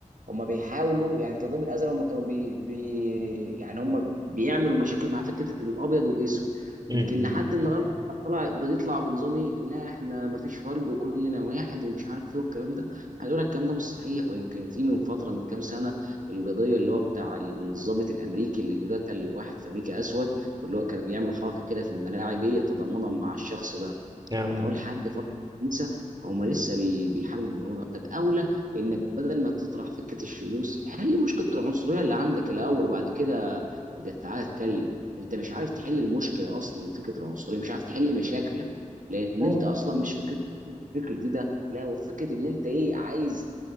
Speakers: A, on the right; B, on the right.
A: هم بيحاولوا يعني كظهير من الازل هم كانوا بي, بي يعني هم بيعملوا مشاكل مع فكره الابيض والاسود
B: م-
A: يمكن
B: م.
A: لحد النهارده طلع بيطلع بنظامي لا احنا ما فيش فرق وكلنا واحد ومش عارف ايه والكلام ده عايز اقول لك الكلام ده مش صحيح ويمكن في من فتره من كام سنه القضيه اللي هو بتاع الضابط الامريكي اللي قتل واحد في امريكا اسود واللي هو كان بيعملوا حركه كده في الملاعب ايه تضامنا مع الشخص ده
B: آه.
A: انا اقول حد فرض لسه هما لسه بي- بيحاربوا الموضوع ده. طب اولى انك بدل ما تطرح فكره الشذوذ حل مشكله العنصريه اللي عندك الاول وبعد كده ابدا تعالى اتكلم انت مش عارف تحل المشكله اصلا فكره العنصريه مش عارف تحل مشاكلك لان
B: لا لا
A: انت اصلا مش فكره الفكره دي ده لا وفكره ان انت ايه عايز